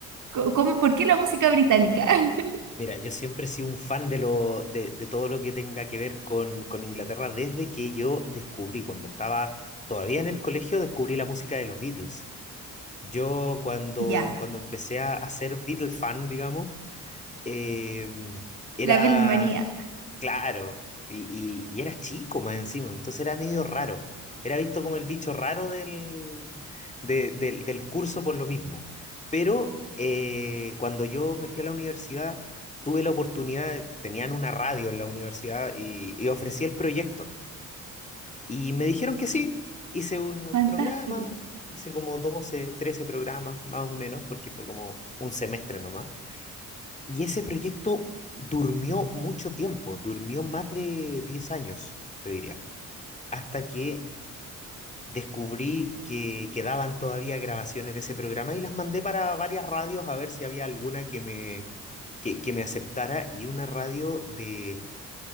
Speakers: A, on the right; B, on the left.
A: co- cómo, por qué la música británica? <laughs>
B: Mira, yo siempre he sido un fan de, lo, de, de todo lo que tenga que ver con, con Inglaterra desde que yo descubrí, cuando estaba todavía en el colegio, descubrí la música de los Beatles. Yo cuando,
A: Ya,
B: cuando empecé a, a ser Beatle fan, digamos, eh, era,
A: la Beatlemanía.
B: Claro, y, y, y era chico más encima, entonces era medio raro. Era visto como el bicho raro del, de- del, del curso por lo mismo. Pero eh, cuando yo me fui a la universidad, tuve la oportunidad, tenían una radio en la universidad y, y ofrecí el proyecto. Y me dijeron que sí, hice unos
A: Fantástico.
B: programas, hice como 12 13 programas más o menos, porque fue como un semestre nomás. Y ese proyecto durmió mucho tiempo, durmió más de 10 años, te diría, hasta que descubrí que quedaban todavía grabaciones de ese programa y las mandé para varias radios a ver si había alguna que me, que, que me aceptara y una radio de,